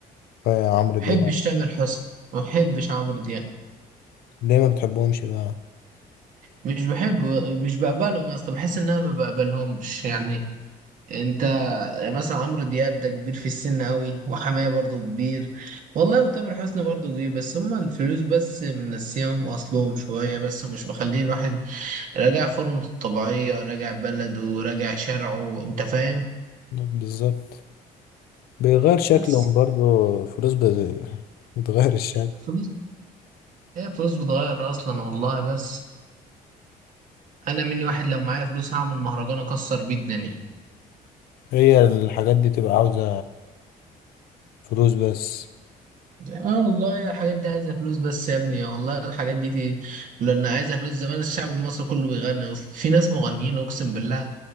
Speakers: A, on the left; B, on the right.
A: في عمرو
B: بحبش
A: دياب
B: تامر حسني ما بحبش عمرو دياب
A: ليه ما بتحبهمش بقى
B: مش بحبه مش بقبلهم يا اسطى بحس ان انا ما بقبلهمش يعني انت مثلا عمرو دياب ده كبير في السن قوي وحماية برضه كبير والله وتامر حسني برضه كبير بس هما الفلوس بس منسيهم اصلهم شوية بس ومش مخلين الواحد راجع فورمته الطبيعية راجع بلده راجع شرعه انت فاهم
A: بالظبط بيغير شكلهم
B: بس
A: برضو فلوس بت- بتغير الشكل
B: الفلوس هي فلوس بتغير اصلا والله بس انا مني واحد لو معايا فلوس هعمل مهرجان اكسر بيه الدنيا
A: هي الحاجات دي تبقى عاوزة فلوس بس
B: اه والله يا الحاجات دي عايزه فلوس بس يا ابني والله الحاجات دي, دي لان عايزه فلوس زمان الشعب المصري كله بيغني اصلا في ناس مغنيين اقسم بالله